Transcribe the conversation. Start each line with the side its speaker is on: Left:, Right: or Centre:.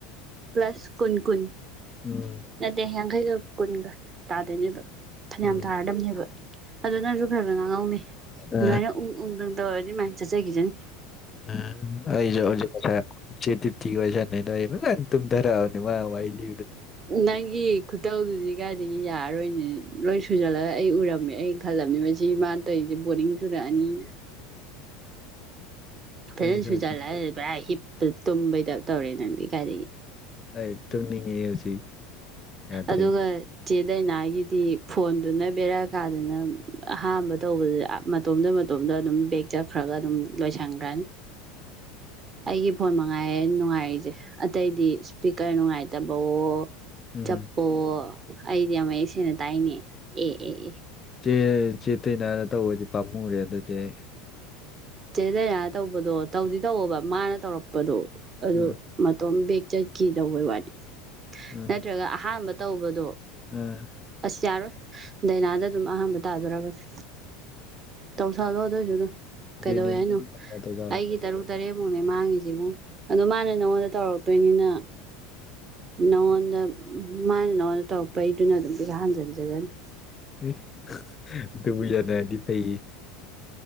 Right: ꯄ꯭ꯂꯁ ꯀꯨꯟ ꯀꯨꯟ
Left: ꯎꯝ
Right: ꯅꯠꯇꯦ ꯌꯥꯡꯈꯩꯒ ꯀꯨꯟꯒ ꯇꯥꯗꯣꯏꯅꯦꯕ ꯐꯅ꯭ꯌꯥꯝ
Left: ꯎꯝ
Right: ꯇꯥꯔꯗꯕꯅꯦꯕ ꯑꯗꯨ ꯅꯪꯖꯨ ꯈꯒ ꯉꯥꯡꯉꯛꯎꯅꯦ
Left: ꯑ
Right: ꯑꯗ꯭ꯋꯥꯏꯅ ꯎꯪ ꯎꯪ ꯗꯪ ꯇꯧꯔ ꯃꯥꯏ ꯆꯠꯆꯒꯤꯖꯅꯤ
Left: ꯑꯥ ꯑꯩ ꯖꯨ ꯍꯧꯖꯤꯛ ꯉꯁꯥꯏ ꯆꯦ ꯇꯤ ꯇꯤꯒ ꯋꯥꯔꯤ ꯁꯥ ꯅꯩꯗꯣ ꯑꯩ ꯐꯖꯅ ꯇꯨꯝꯗꯔꯛꯑꯕꯅꯤ ꯃꯥ ꯋꯥꯔꯤ ꯂꯤ
Right: ꯅꯪꯒꯤ ꯈꯨꯇꯧꯗꯨꯗꯤ ꯀꯥꯏꯗꯒꯤ ꯌꯥꯔꯔꯣꯏꯅꯦ ꯂꯣꯏ ꯁꯨꯖꯜꯂꯒ ꯑꯩ ꯎꯔ ꯃꯦ ꯑꯩ ꯈꯜꯂꯝꯅꯤ ꯃꯁꯤ ꯃꯥꯅ ꯇꯧꯏꯖꯦ ꯕꯣꯔꯤꯡ ꯆꯨꯔꯛꯑꯅꯤꯅ ꯐꯖꯅ
Left: ꯑꯩꯁꯨ
Right: ꯁꯨꯖꯜꯂ
Left: ꯍꯧꯖꯤꯛ
Right: ꯄꯨꯔꯥ ꯍꯤꯞ ꯇ ꯇꯨꯝꯕꯩ ꯇꯥꯏꯞ ꯇꯧꯔꯦ ꯅꯪꯗꯤ ꯀꯥꯏꯗꯒꯤ
Left: ꯑꯩ ꯇꯨꯝꯅꯤꯡꯉꯦ ꯍꯧꯖꯤꯛ ꯌꯥꯗ꯭ꯔꯦ
Right: ꯑꯗꯨꯒ ꯆꯦ ꯗꯥꯏꯅꯥꯒꯤꯗꯤ ꯐꯣꯟꯗꯨꯅ ꯕꯦꯔꯥ ꯀꯥꯗꯅ ꯑꯍꯥꯝꯕ ꯇꯧꯕꯗ ꯃꯇꯣꯝꯗ ꯃꯇꯣꯝꯗ ꯑꯗꯨꯝ ꯕꯦꯛ ꯆꯠꯈ꯭ꯔꯒ ꯑꯗꯨꯝ ꯂꯣꯏꯁꯟꯒ꯭ꯔꯅꯤ
Left: <inaudible>
Right: ꯑꯩꯒꯤ ꯐꯣꯟ ꯃꯉꯥꯏ ꯅꯨꯡꯉꯥꯏꯔꯤꯁꯦ ꯑꯇꯩꯗꯤ ꯏꯁꯄꯤꯀꯔ ꯅꯨꯡꯉꯥꯏꯇꯕꯋꯣ
Left: ꯎꯝ
Right: ꯆꯞꯄꯌꯣ ꯑꯩꯗꯤ ꯌꯥꯝ ꯃꯌꯦꯛ ꯁꯦꯡꯅ ꯇꯥꯏꯅꯦ ꯑꯦ ꯑꯦ ꯑꯦ
Left: ꯆꯦ ꯆꯦ ꯗꯥꯏꯅꯥꯗ ꯇꯧꯕꯗꯤ ꯄꯥꯝꯃꯨꯔꯦ ꯑꯗꯨꯗꯤ ꯑꯩ
Right: ꯆꯦ ꯗꯥꯏꯅꯥꯗ ꯇꯧꯕꯗꯣ ꯇꯧꯗꯤ ꯇꯧꯑꯣꯕ ꯃꯥꯅ ꯇꯧꯔꯛꯄꯗꯣ ꯑꯗꯨ
Left: ꯎꯝ
Right: ꯃꯇꯣꯝ ꯕꯦꯛ ꯆꯠꯈꯤ ꯇꯧꯕꯩ ꯋꯥꯅꯤ
Left: ꯎꯝ
Right: ꯅꯠꯇ꯭ꯔꯒ ꯑꯍꯥꯟꯕ ꯇꯧꯕꯗꯣ
Left: ꯎꯝ
Right: ꯑꯁ ꯌꯥꯔꯣꯏ ꯗꯥꯏꯅꯥꯗ ꯑꯗꯨꯝ ꯑꯍꯥꯟꯕ ꯇꯥꯗꯧꯔꯕꯅꯦ ꯇꯧꯁꯜꯂꯣ ꯑꯗꯨꯏꯁꯨ ꯑꯗꯨꯝ ꯀꯩꯗꯧꯋꯦ
Left: ꯗꯦꯅꯤꯜ
Right: ꯍꯥꯏꯅꯣ
Left: ꯇꯧꯖꯥꯠꯂꯣ
Right: ꯑꯩꯒꯤ ꯇꯔꯨꯛ ꯇꯔꯦꯠ ꯨꯃꯨꯛꯅꯦ ꯃꯥꯡꯉꯤꯁꯦ ꯏꯕꯨꯨꯡꯉꯣ ꯑꯗꯣ ꯃꯥꯅ ꯅꯪꯉꯣꯟꯗ ꯇꯧꯔꯛꯇꯣꯏꯅꯤꯅ ꯅꯉꯣꯟꯗ ꯃꯥꯅ ꯅꯉꯣꯟꯗ ꯇꯧꯔꯛꯄꯩꯗꯨꯅ ꯑꯗꯨꯝ ꯄꯩꯁꯥ ꯍꯟꯖꯤꯟꯖꯖꯅꯤ
Left: ꯑꯦ ꯑꯗꯨꯕꯨ ꯌꯥꯅꯔꯗꯤ ꯐꯩꯌꯦ